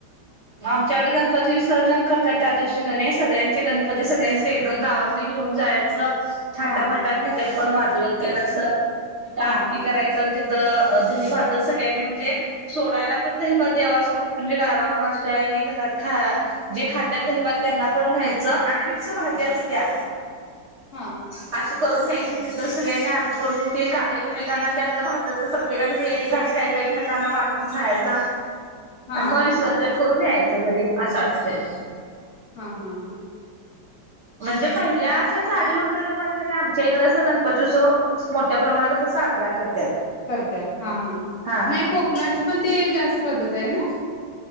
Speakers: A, on the right; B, on the left.
A: मग आमच्याकडे गणपती विसर्जन करतात त्या दिवशीक सगळ्यांचे गणपती सगळ्यांचे एकदम गावात घेऊन जायच. छटा
B: हा
A: म्हतात नाही त्यात पण माजूवतसंथ
B: हा
A: आरती करायचं. दही भात सगळ्यांनी म्हणजे सोडायला पण द देवासोबत म्हणजे गाराम असतोय आणि घरात खा जे खात्या दहिबात त्यांना पण न्यायचं. आणि मिक भाजी असत्या
B: हा
A: अ करून घ्याय. तर सगळ्यांनी आरती करून ते का एकमेकांना त्यातलं भात प्रत्येकाने एक एक घास खायचा एकमे कना वाटून खायचा.
B: हा
A: आणि मग विसर्जन करून यायचं घरी असं असतंय.
B: हा हा.
A: म्हणजे पहिल्या असे साडी रुड म्हण आमच्या इकडे अस गणपती उत्सव मोठ्या प्रमाणात असं साजरा करतात.
B: करतत हा हां
A: हा
B: नाही कोकणात पण ते जास्त पद्धत आहे ना.